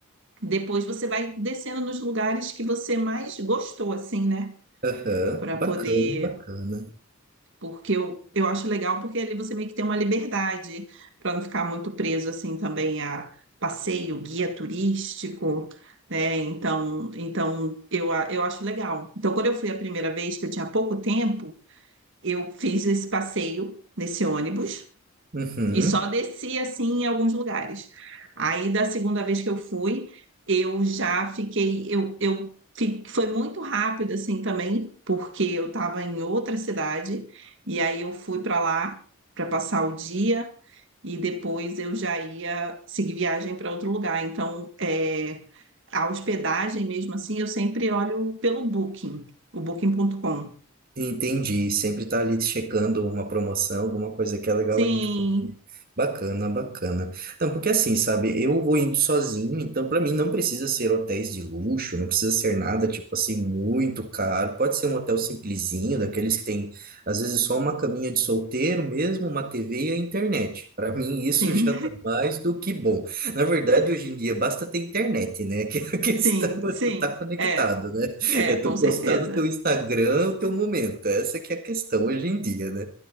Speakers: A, on the right; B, on the right.
A: depois você vai descendo nos lugares que você mais gostou, assim, né?
B: Aham,
A: Para
B: Bacana,
A: poder.
B: bacana.
A: Porque eu, eu acho legal, porque ali você meio que tem uma liberdade para não ficar muito preso, assim, também a passeio, guia turístico. Né? Então, então eu, a- eu acho legal. Então, quando eu fui a primeira vez, que eu tinha pouco tempo, eu fiz esse passeio nesse ônibus
B: Uhum.
A: e só desci assim em alguns lugares. Aí da segunda vez que eu fui, eu já fiquei, eu, eu fi- foi muito rápido assim também, porque eu estava em outra cidade e aí eu fui para lá para passar o dia e depois eu já ia seguir viagem para outro lugar. Então, é, a hospedagem mesmo assim, eu sempre olho pelo Booking, o Booking.com.
B: Entendi. Sempre tá ali checando uma promoção, alguma coisa que é legal
A: Sim,
B: a gente poder. Bacana, bacana. Não, porque assim, sabe, eu vou indo sozinho, então para mim não precisa ser hotéis de luxo, não precisa ser nada tipo assim muito caro. Pode ser um hotel simplesinho, daqueles que tem às vezes só uma caminha de solteiro mesmo, uma TV e a internet. Para mim <laughs> isso
A: sim.
B: já tá mais do que bom. Na verdade, hoje em dia basta ter internet, né? <laughs> Que é a questão
A: Sim, sim,
B: é tu tá conectado,
A: é,
B: né?
A: é,
B: É
A: com
B: tu
A: certeza,
B: postar no teu Instagram o teu momento. Essa que é a questão hoje em dia, né?